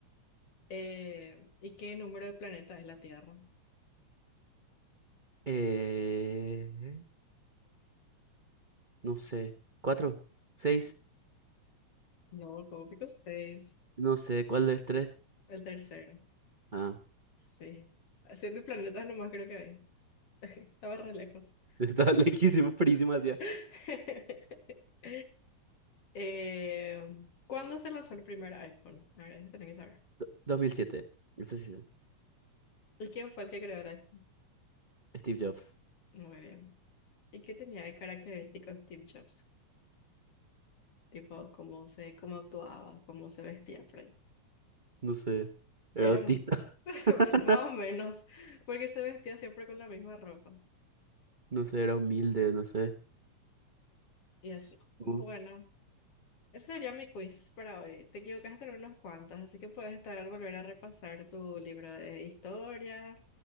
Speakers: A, on the left; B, on the right.
A: Eh, ¿y qué número de planetas es la Tierra?
B: Eh, no sé. ¿Cuatro? ¿Seis?
A: No, como pico seis,
B: No sé, ¿cuál es tres?
A: el tercero.
B: Ah,
A: Sí. Siete planetas nomás creo que hay. <laughs> Estaba re lejos.
B: <laughs> estaba lejísimo, frísimo hacia.
A: <laughs> Eh, ¿cuándo se lanzó el primer iPhone? A ver, eso tenés que saber.
B: do- dos mil siete Ese sí.
A: ¿Y quién fue el que creó el iPhone?
B: Steve Jobs.
A: Muy bien. ¿Y qué tenía de característicos Steve Jobs? Tipo, cómo se, cómo actuaba, cómo se vestía por ahí.
B: No sé. Era
A: Eran
B: autista.
A: <laughs>
B: <laughs>
A: más o menos, porque se vestía siempre con la misma ropa.
B: No sé, era humilde, no sé.
A: Y así. Bueno.
B: Uh,
A: Ese sería mi quiz para hoy. Te equivocaste en unos cuantos, así que puedes estar, volver a repasar tu libro de historia,